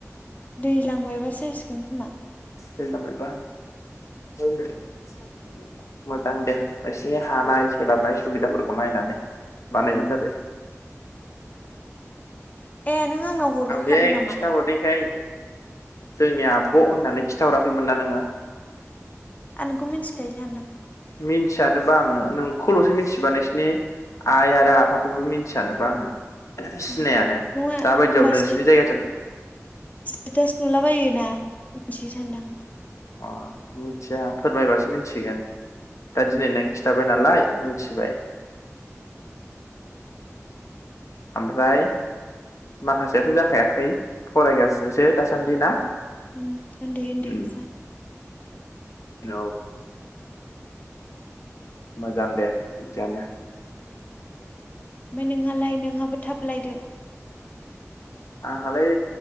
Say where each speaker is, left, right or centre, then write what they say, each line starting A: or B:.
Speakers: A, on the left; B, on the left.
A: दैलां बायबासो जासिगोन खोमा।
B: दैलां बायबा <unintelligible> मोजां दे। एसे हानाय सोलाबनाय सो सुबिदाफोरखौ नायनानै। बानायबानो
A: उम
B: जाबाय।
A: ए नों आंनाव हरग्रोखादों
B: आं बे
A: नामा
B: खिन्थााहरनायखाय जोंनिया आब होननानै खिन्थाहराखैमोन ना नोङो
A: आंनोंखौ मिन्थिखायो सानदों।
B: मिथियानोबा आं नोंखौलसो मिथिबा नोंसिनि आइ आरो आफाखौबो मिथियानोबा आङो सिनायानो
A: ए नङा एखमबा
B: दाबायदियाव नोंसिनि
A: स्टेटास
B: जायगाजों
A: नुलाबायो ना थियो सानदों आं।
B: अ मिथिया फोरमायबासो मिथिगोन। दा दिनै
A: उम
B: नों खिन्थाबाय नालाय मिथिबाय। ओमफ्राय माखासेयाथ जाखायाखै फरायगासिनोसो दासान्दि ना?
A: उम उन्दै उन्दै
B: उम
A: गोजा।
B: औ। मोजां दे। बिजानो
A: ओमफाय नोंहालाय नोंहाबो थाबलायदो।
B: आंहालाय